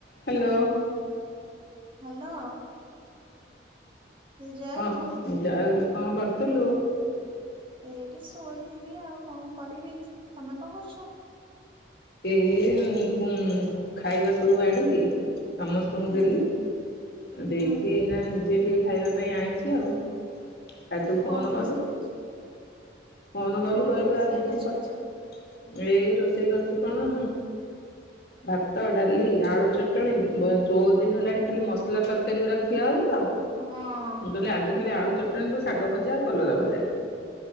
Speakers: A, on the left; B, on the right.
A: Hello.
B: Hello. ଜୟ
A: ହଁ
B: ଗୁରୁ
A: ଯାଉ ରୁ କଣ କରଥିଲୁ।
B: ଏଇଠି ଶୋଇଥିଲି ଆଉ କଣ କରିବି ତମେ କଣ କରୁଛ।
A: ଏ ମି ପୁଁ ଖାଇବା ସବୁ ବାଢିକି। ସମସ୍ତଙ୍କୁ
B: ହୁଁ
A: ଦେଲି ଦେଇକି
B: ହୁଁ
A: ଏଇନା ନିଜେ। ଖାଇବା ପାଇଁ ଆଣିଚି ଆଉ ତା ତୁ ଫୋନ୍
B: କଣ ରୋଷେଇ
A: କଲୁ।
B: ହେଇଛି
A: ଫୋନ୍ କଲୁ
B: କଣ
A: କହିଲୁ
B: ରୋଷେଇ
A: ଆଉ ଦିଦି
B: କରିଛ
A: କଥା
B: ଆଜି?
A: ଏଇ ରୋଷେଇ କରୁଛି କଣ ଭାତ ଡାଲି ଆଳୁ ଚଟଣି ବ ବହୁତ ଦିନ ହେଲାଣି ଖାଲି ମସଲା ତରକାରୀ ଗୁରା ଖିଆ ହଉଛି ତ
B: ହଁ
A: ମୁଁ କହଲେ ଆଜି ଖାଲି ଆଳୁ ଚଟଣି କୁ। ଶାଗ ଭଜା କଲରା ଭଜା‌।